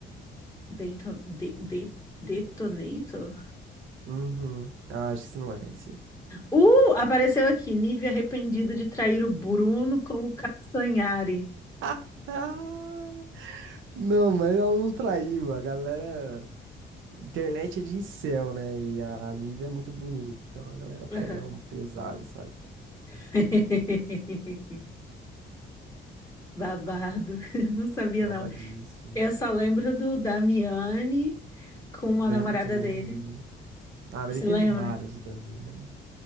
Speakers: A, on the left; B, on the right.
A: Dayton, de, de, Detonator?
B: Uhum. Ah, acho que você não vai conhecer.
A: Uh, apareceu aqui. Nive arrependida de trair o Bruno com o Castanhari.
B: <laughs> Não, mas ela não traiu. A galera. Internet é de incel, né? E a Nivea é muito bonita. Então a galera pega
A: Aham.
B: um pesado, sabe?
A: <laughs> Babado. <laughs> Não sabia,
B: Babadíssimo.
A: não. Eu só lembro do Damiani com
B: Lembro
A: a namorada
B: também.
A: dele.
B: Ah, mas ele
A: Você
B: teve
A: lembra?
B: vários, o Damiani. O